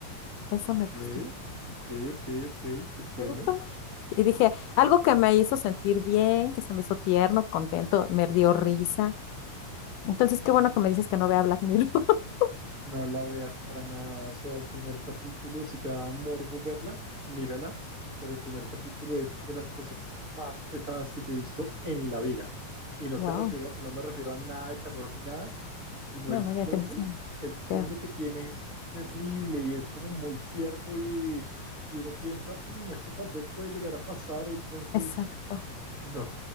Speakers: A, on the left; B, on the right.
A: Eso
B: Ok,
A: me gustó,
B: ok, ok, ok, te entiendo.
A: me gustó mucho. Y dije, algo que me hizo sentir bien, que se me hizo tierno, contento, me dio risa. Entonces, qué bueno que me dices que no vea Black Mirror. <laughs>
B: No la veas para nada, o sea, el primer capítulo, si te da morbo verla, mírala, pero el primer capítulo es de las cosas más pesadas que yo he visto en la vida. Y no
A: Wow.
B: te refiero, no me refiero a nada de terror ni nada, sino
A: No,
B: el
A: no,
B: fondo,
A: ya te entiendo.
B: el fondo
A: Veo.
B: que tiene es terrible y es como muy cierto y, y uno piensa, "Mm, esto tal vez puede llegar a pasar, entonces,
A: Exacto.
B: no,